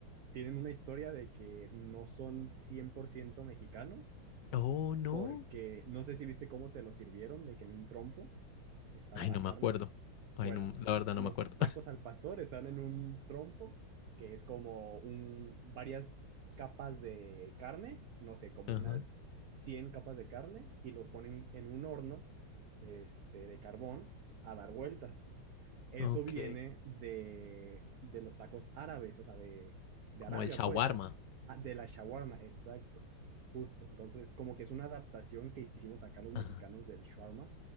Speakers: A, on the right (about 80°); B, on the left (about 70°).
A: tienen una historia de que no son 100% mexicanos,
B: Oh, no.
A: porque no sé si viste cómo te lo sirvieron, de que en un trompo estaba
B: Ay,
A: la
B: no me
A: carne
B: acuerdo. Ay,
A: bueno,
B: no, la verdad no
A: los
B: me acuerdo.
A: tacos al pastor están en un trompo que es como un, varias capas de carne, no sé, como
B: <laughs> Ajá.
A: unas 100 capas de carne y lo ponen en un horno este, de carbón a dar vueltas. Eso
B: Ok,
A: viene de, de los tacos árabes, o sea, de, de
B: como
A: Arabia,
B: el shawarma.
A: pues, Ah, de la shawarma, exacto, justo. Entonces, como que es una adaptación que hicimos acá los
B: Ah,
A: mexicanos del shawarma